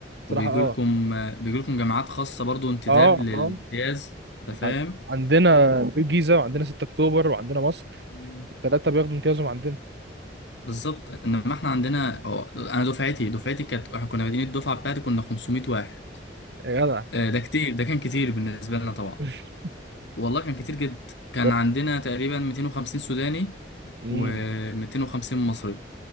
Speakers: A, on the right; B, on the left.
A: صراحة
B: وبيجي
A: اه
B: لكم بيجي لكم جامعات خاصه برضه انتداب
A: اه
B: للامتياز
A: اه
B: انت فاهم
A: ع- عندنا في الجيزة وعندنا 6 أكتوبر وعندنا مصر
B: مم.
A: التلاتة بياخدوا امتيازهم عندنا
B: بالظبط انما احنا عندنا أو انا دفعتي دفعتي كانت احنا كنا بادئين الدفعه بتاعتي كنا 500 واحد
A: يا جدع
B: آه، ده كتير ده كان كتير بالنسبه لنا طبعا
A: <laughs>
B: والله كان كتير جدا كان
A: ده-
B: عندنا تقريبا 250 سوداني
A: مم،
B: و250 مصري